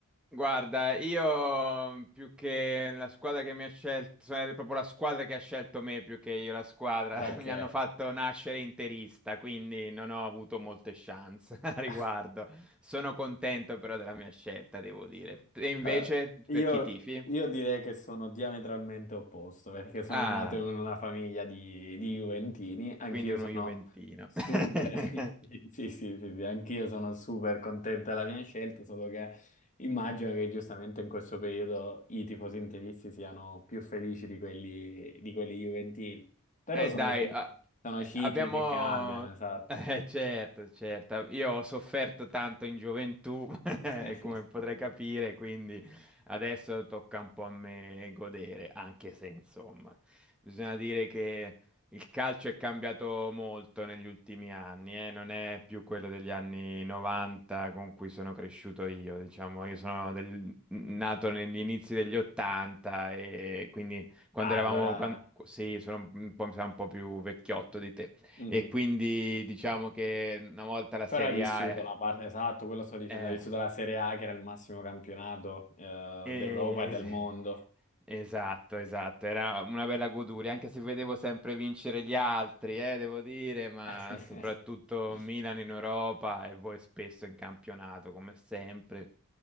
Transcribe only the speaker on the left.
Ok.
<laughs>
Eh,
io,
io direi che sono diametralmente opposto perché sono
nato in una famiglia di, di Juventini, anch'io
sono
super,
<laughs> sì, sì, sì, sì, anch'io sono super contento della mia scelta, solo che immagino che giustamente in questo periodo i tifosi interisti siano più felici di quelli, di quelli Juventini, però
sono
cicli,
sono
cicli
che cambiano, esatto.
<laughs>
Ah,
allora...
mhm.
Però
hai vissuto
la parte, esatto, quello sto dicendo,
hai vissuto la Serie A che era il massimo campionato eh,
d'Europa e del mondo.
<laughs>